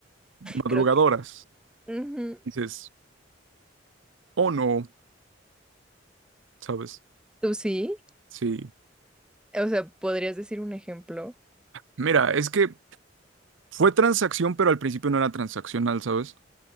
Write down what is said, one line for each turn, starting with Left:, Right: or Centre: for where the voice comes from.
Right: madrugadoras,
Centre: Creo que... ujú.
Right: dices, oh no, ¿sabes?
Centre: ¿Tú sí?
Right: Sí.
Centre: O sea, ¿podrías decir un ejemplo?
Right: Mira, es que fue transacción, pero al principio no era transaccional, ¿sabes?